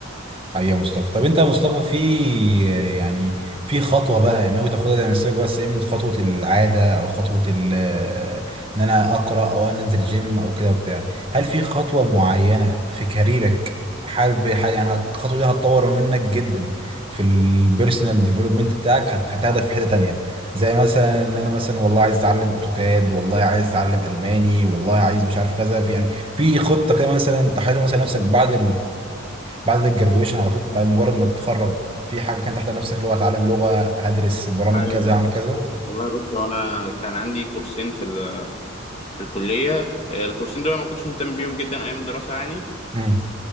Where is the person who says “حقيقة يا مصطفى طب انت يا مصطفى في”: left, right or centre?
Right